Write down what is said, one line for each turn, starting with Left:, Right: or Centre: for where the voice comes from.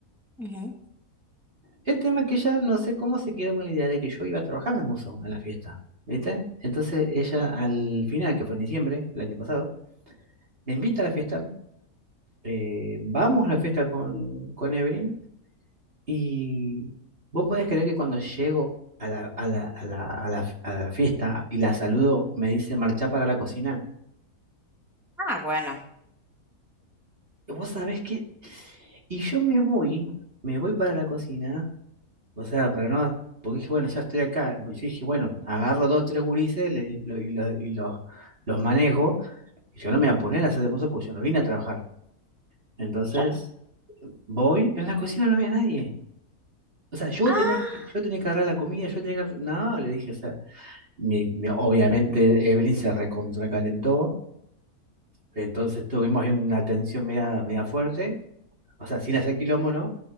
Centre: ujú.
Right: El tema es que ella no sé cómo se quedó con la idea de que yo iba a trabajar de mozo en la fiesta, ¿viste? Entonces ella al final, que fue en diciembre, el año pasado, me invita a la fiesta, eh, vamos a la fiesta con, con Evelyn. Y vos podés creer que cuando llego a la, a la, a la, a la, a la fiesta y la saludo, me dice marchá para la cocina.
Centre: Ah, bueno.
Right: ¿Vos sabés qué? Y yo me voy, me voy para la cocina, o sea, para no, porque dije, bueno, ya estoy acá. Yo dije, bueno, agarro dos, tres gurises le- lo- y, lo- y los, los manejo. Y yo no me voy a poner a hacer de mozo porque yo no vine a trabajar. Entonces,
Centre: Claro.
Right: voy, en la cocina no había nadie. O sea, yo
Centre: Ah,
Right: tenía que, yo tenía que agarrar la comida, yo tenía que... agarrar- No, le dije, o sea, mi- mi- obviamente Evelyn se recontracalentó, entonces tuvimos ahí una tensión media, media fuerte, o sea, sin hacer quilombo, ¿no?